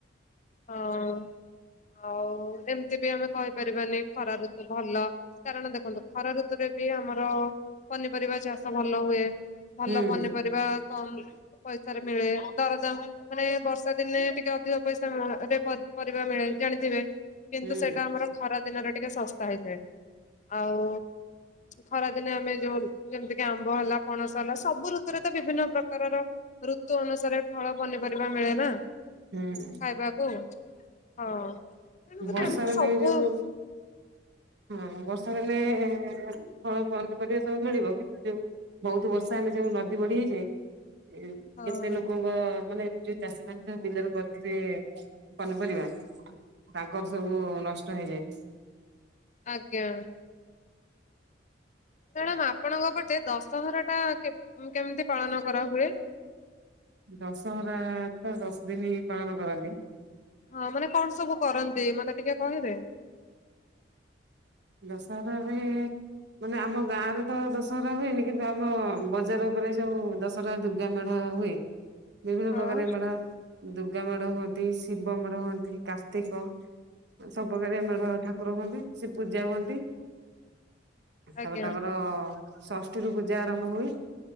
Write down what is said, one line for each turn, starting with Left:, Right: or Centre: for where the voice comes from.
Left: ହଁ ଆଉ ଏମିତି ବି ଆମେ କହିପାରିବାନି ଖରା ଋତୁ ଭଲ। କାରଣ ଦେଖନ୍ତୁ ଖରା ଋତୁରେ ବି ଆମର ପନିପରିବା ଚାଷ ଭଲ ହୁଏ। ଭଲ
Right: ହୁଁ
Left: ପନିପରିବା କମ୍ ପଇସା ରେ ମିଳେ ଦରଦାମ ମାନେ ବର୍ଷା ଦିନେ ଟିକେ ଅଧିକ ପଇସା ରେ ରେ ପରିବା ମିଳେ ଜାଣିଥିବେ କିନ୍ତୁ
Right: ହୁଁ
Left: ସେଇଟା ଆମର ଖରା ଦିନରେ ଟିକେ ଶସ୍ତା ହେଇଥାଏ ଆଉ ଖରା ଦିନେ ଆମେ ଯୋଉ ଯେମିତିକି ଆମ୍ବ ହେଲା ପଣସ ହେଲା ସବୁ ଋତୁରେ ତ ବିଭିନ୍ନ ପ୍ରକାରର ଋତୁ ଅନୁସାରେ ଫଳ ପନିପରିବା ମିଳେ ନା।
Right: ହୁଁ।
Left: ଖାଇବାକୁ ହଁ ତେଣୁକରି
Right: ବର୍ଷା
Left: ଆମକୁ
Right: ଦିନେ
Left: ସବୁ
Right: ଯୋଉ ହଁ ବର୍ଷା ଦିନେ ଫଳ ପନିପରିବା ସବୁ ମିଳିବ କିନ୍ତୁ ଯୋଉ ବହୁତ ବର୍ଷା ହେଲେ ଯୋଉ ନଦୀ ବଢି ହେଇଯାଏ ଏ
Left: ହଁ
Right: କେତେ ଲୋକଙ୍କ ମାନେ ଯଉ ଚାଷିମାନେ ଯ ବିଲରେ କରିିଥିଲେ ପନିପରିବା ତାଙ୍କର ସବୁ ନଷ୍ଟ ହେଇଯାଏ।
Left: ଆଜ୍ଞା। ମ୍ୟାଡାମ ଆପଣଙ୍କ ପଟେ ଦଶହରା ଟା କେ କେମିତି ପାଳନ କରା ହୁଏ।
Right: ଦଶହରା ତ ଦଶ ଦିନ ପାଳନ କରନ୍ତି।
Left: ହଁ ମାନେ କଣ ସବୁ କରନ୍ତି ମତେ ଟିକେ କହିବେ।
Right: ଦଶହରାରେ ମାନେ ଆମ ଗାଁ ରେ ତ ଦଶହରା ହୁଏନି କିନ୍ତୁ ଆମ ବଜାର ଉପରେ ଯୋଉ ଦଶ ହରା ଦୁର୍ଗା ମେଢ ହୁଏ ବିଭିନ୍ନ
Left: ହଁ
Right: ପ୍ରକାର ମେଢ ଦୁର୍ଗାାମେଢ ହୁଅନ୍ତି ଶିବ ମେଢ ହୁଅନ୍ତି କାର୍ତ୍ତିକ ଆ ସବୁ ପାକାରିଆ ମେଢ ଠାକୁର ହୁଅନ୍ତି ସି ପୂଜା ହୁଅନ୍ତି ତାପରେ
Left: ଆଜ୍ଞା
Right: ତାଙ୍କର ଷଷ୍ଠୀ ରୁ ପୂଜା ଆରମ୍ଭ ହୁଏ